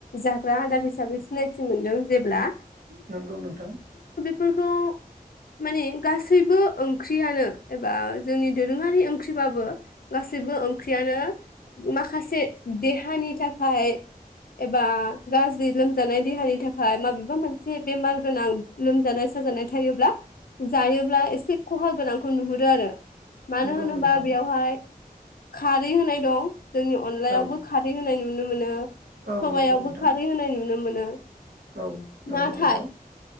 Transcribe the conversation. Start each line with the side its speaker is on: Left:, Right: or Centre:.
Left: जाग्रा आदार हिसाबै सिनायथि मोनदों जेब्ला,
Right: नंगौ नोंथां
Left: फोरखौ माने गासैबो ओंख्रियानो एबा जोंनि दोरोङारि ओंख्रिबाबो गासैबो ओंख्रियानो, माखासे देहानि थाखाय एबा गाज्रि लोमजानाय देहानि थाखाय माबेबा मोनसे बेमार गोनां लोमजानाय साजानाय थायोब्ला जायोब्ला एसे खहा गोनांखौ नुहुरो आरो, मानो
Right: नंगौ
Left: होनोबा
Right: नोंथां
Left: बेयावहाय, खारै होनाय दं, जोंनि अनलायावबो
Right: औ
Left: खारै होनायनि नुनो नुनो मोनो,
Right: औ
Left: सबाययावबो
Right: नंगौ नोंथां
Left: खारै होनाय नुनो मोनो
Right: औ नंगौ
Left: नाथाय,
Right: नोंथां